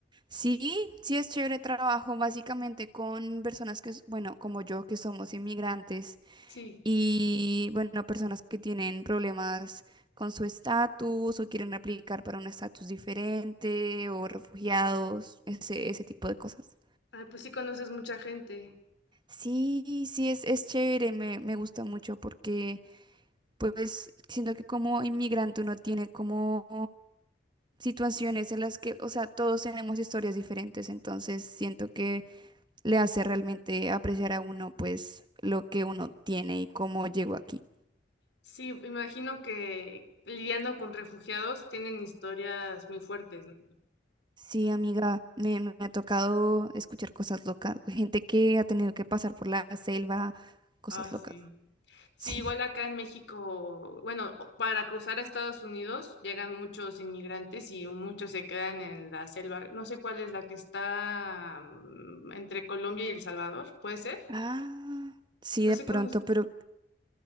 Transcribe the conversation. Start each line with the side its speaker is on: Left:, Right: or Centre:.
Right: Sí, sí es chévere trabajo básicamente con personas que, s- bueno, como yo, que somos inmigrantes
Left: Sí.
Right: Y bueno, personas que tienen problemas con su estatus o quieren aplicar para un estatus diferente o refugiados, ese, ese tipo de cosas.
Left: Ah, pues sí conoces mucha gente.
Right: Sí, sí, es, es chévere, me, me gusta mucho porque pues siento que como inmigrante uno tiene como situaciones en las que, o sea, todos tenemos historias diferentes, entonces siento que le hace realmente apreciar a uno pues lo que uno tiene y cómo llegó aquí.
Left: Sí, imagino que lidiando con refugiados tienen historias muy fuertes, ¿no?
Right: Sí, amiga, me, me ha tocado escuchar cosas locas. Gente que ha tenido que pasar por la selva, cosas
Left: Ah, sí.
Right: locas. <laughs>
Left: Sí,
Right: Sí.
Left: igual acá en México, bueno, o- para cruzar a Estados Unidos llegan muchos inmigrantes y muchos se quedan en la selva. No sé cuál es la que está mm, entre Colombia y El Salvador, ¿puede ser?
Right: Ah, sí,
Left: No
Right: de
Left: sé
Right: pronto,
Left: cómo. es-
Right: pero